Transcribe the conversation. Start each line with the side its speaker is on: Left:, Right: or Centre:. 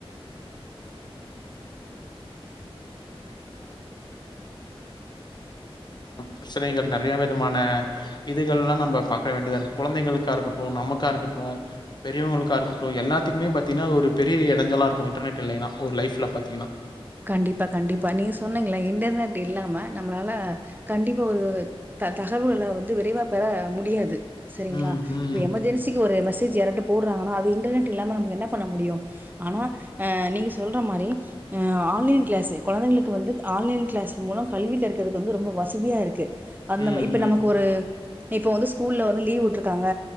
Left: பிரச்சனைகள் நிறைய விமான இதுகள் எல்லாம் நம்ம பார்க வேண்டியதா இரு குழந்தைகளுக்கா இருக்கட்டும் நமக்கா இருக்கட்டும் பெரியவங்களுக்கா இருக்கட்டும் எல்லாத்துக்குமே பாத்தீங்கன்னா அது ஒரு பெரிய இடைஞ்சலா இருக்கும் இன்டர்நெட் இல்லைன்னா ஒரு லைஃப்ல பாத்தீங்கன்னா
Right: கண்டிப்பா கண்டிப்பா நீங்க சொன்னீங்களா இன்டர்நெட் இல்லாம நம்மளால கண்டிப்பா ஒரு தகவல்க வந்து விரைவா பெற முடியாது சரிங்களா
Left: ம் ம்
Right: இப்ப எமர்ஜென்சிக்கு ஒரு மெஸ் மெசேஜ் யாரது போட்றாங்க நா இன்டர்நெட் இல்லாம ந என்ன பண்ண முடியும் ஆனா நீங்க சொல்ற மாதிரி ஆ ஆன்லைன் கிளாஸ்ஸு குழந்தைங்களுக்கு வந்து ஆன்லைன் கிளாஸ் மூலம் கல்வி கர்க்கிறதுக்கு வந்து ரொம்ப வசதியாக இருக்கு அந்த
Left: ம்
Right: இப்ப
Left: ம்
Right: நமக்கு ஒரு இப்போ வந்து ஸ்கூல வந்து லீவ் உட்டுருக்காங்க